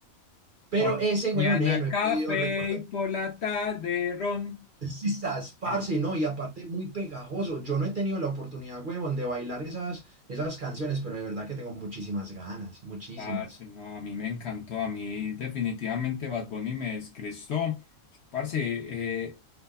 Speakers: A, on the right (about 45°); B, on the left (about 55°).
A: Pero
B: por
A: ese
B: mañana
A: weón, eh, no he
B: café
A: podido recordar.
B: y por
A: <laughs>
B: la tarde ron.
A: Sí, estás, parce,
B: Ah,
A: no, y aparte muy pegajoso. Yo no he tenido la oportunidad, weón, de bailar esas, esas canciones, pero de verdad que tengo muchísimas ganas, muchísimas.
B: Parce, no, a mí me encantó, a mí definitivamente Bad Bunny me descrestó. Parce, eh,